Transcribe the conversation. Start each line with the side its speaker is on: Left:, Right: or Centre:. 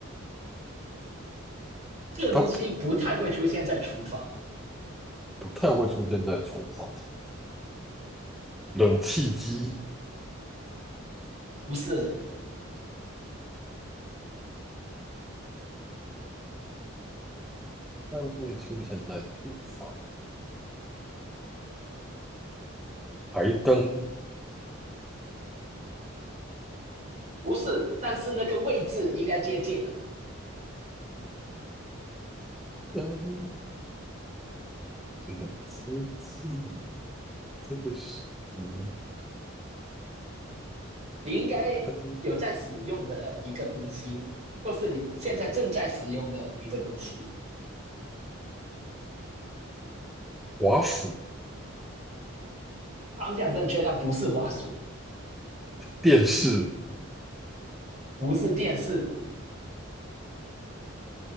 Right: 这个东西不太会出现在厨房，
Centre: 它不不太会出现在厨房，冷气机
Right: 不是，
Centre: 不太会出现在厨房，台灯
Right: 不是，但是那个位置应该接近了。
Centre: 灯冷接近这个是嗯
Right: 你应该有在使用的一个东西，
Centre: 灯，
Right: 或是你现在正在使用的一个东西。
Centre: 滑鼠、
Right: 方向正确，但不是滑鼠，
Centre: 电视、
Right: 不是电视，